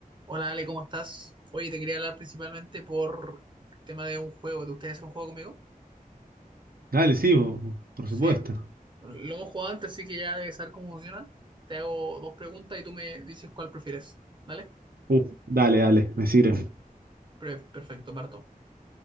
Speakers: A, on the right; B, on the right.
A: Hola Ale, ¿cómo estás? Oye, te quería hablar principalmente por el tema de un juego. ¿Te gustaría hacer un juego conmigo?
B: Dale, sí, bo- por
A: Sí.
B: supuesto.
A: Bueno, Lo hemos jugado antes, así que ya debes saber cómo funciona. Te hago dos preguntas y tú me dices cuál prefieres. ¿Vale?
B: Uf, dale, dale, me sirve.
A: Pre- perfecto, Marto.